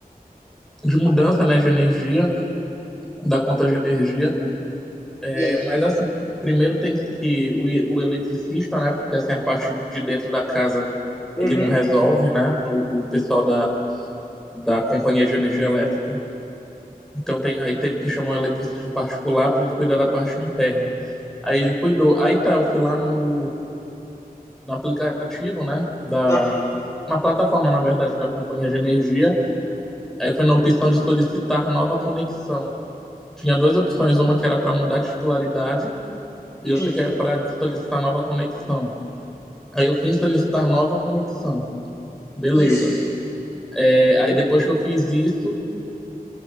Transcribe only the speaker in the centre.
de mudança, né? De energia. da conta de energia. É,
mas assim, primeiro tem que o, e- o eletricista, né? Porque assim, a parte de dentro da casa
ele não resolve, né? O, o pessoal da, da companhia de energia elétrica. Então tem, aí teve que chamar um eletricista particular para ele cuidar da parte interna. Aí ele cuidou. Aí tá, eu fui lá no, no aplicativo, né? Da,
na plataforma, na verdade, da companhia de energia. Aí foi na opção de solicitar nova conexão. Tinha duas opções, uma que era para mudar a titularidade E outra
que é para solicitar nova conexão. Aí eu fui solicitar nova conexão. Beleza.
É, aí depois que eu fiz isso,